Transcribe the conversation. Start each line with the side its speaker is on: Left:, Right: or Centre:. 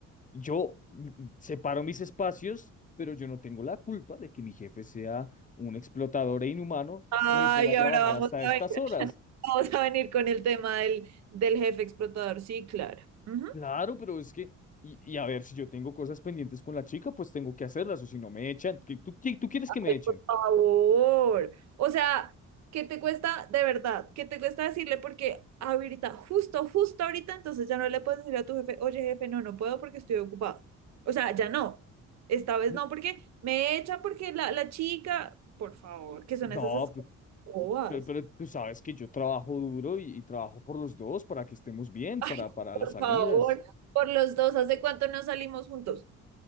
Left: yo mm, separo mis espacios, pero yo no tengo la culpa de que mi jefe sea un explotador e inhumano
Right: Ay,
Left: y me ponga a
Right: ahora
Left: trabajar
Right: vamos
Left: hasta
Right: a
Left: estas
Right: venir,
Left: horas.
Right: vamos a venir con el tema del, del jefe explotador. Sí, claro. Ujú.
Left: Claro, pero es que, y, y a ver, si yo tengo cosas pendientes con la chica, pues tengo que hacerlas, o si no me echan. ¿Qué- ¿Tú, qué- tú quieres
Right: Ay,
Left: que me echen?
Right: por favor. O sea, ¿qué te cuesta de verdad? ¿Qué te cuesta decirle? Porque ahorita, justo, justo ahorita, entonces ya no le puedes decir a tu jefe, oye, jefe, no, no puedo porque estoy ocupado. O sea, ya no. Esta vez
Left: N-
Right: no, porque me echa porque la, la chica, por favor, que son
Left: No,
Right: esas excusas
Left: p-
Right: bobas
Left: Pero, pero tú sabes que yo trabajo duro y, y trabajo por los dos para que estemos bien,
Right: Ay,
Left: para, para
Right: por
Left: las salidas.
Right: favor, por los dos, ¿hace cuánto no salimos juntos?